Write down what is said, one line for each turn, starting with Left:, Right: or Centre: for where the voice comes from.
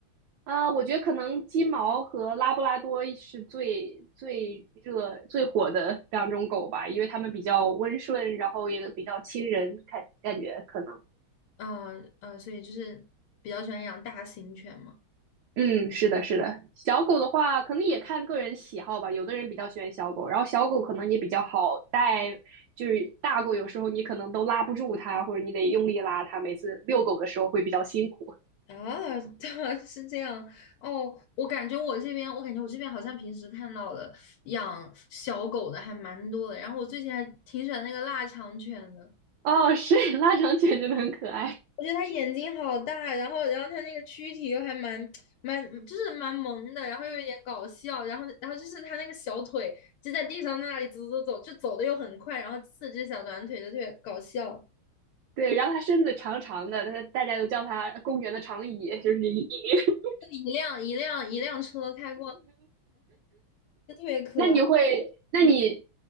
Right: 啊，我觉得可能金毛和拉布拉多是最最热、最火的两种狗吧，因为它们比较温顺，然后也比较亲人，感感觉可能。
Left: 嗯嗯，所以就是比较喜欢养大型犬嘛。
Right: 嗯，是的，是的。小狗的话，可能也看个人喜好吧。有的人比较喜欢小狗，然后小狗可能也比较好带，就是大狗有时候你可能都拉不住它，或者你得用力拉它，每次遛狗的时候会比较辛苦。
Left: 啊，<laughs> 对啊是这样哦。我感觉我这边，我感觉我这边好像平时看到的养小狗的还蛮多的。然后我最近还挺喜欢那个腊肠犬的，
Right: 哦，是腊肠犬真的很可爱。
Left: 我觉得它眼睛好大，然后然后它那个躯体又还蛮蛮就是蛮萌的，然后又有一点搞笑，然后然后就是它那个小腿就在地上在那里走走走，就走的又很快，然后四只小短腿就特别搞笑。
Right: 对，然后它身子长长的，它大家都叫它公园的长椅，就是一一。<laughs>
Left: 一辆一辆一辆车开过。就特别可爱
Right: 那你会，那你，
Left: 嗯，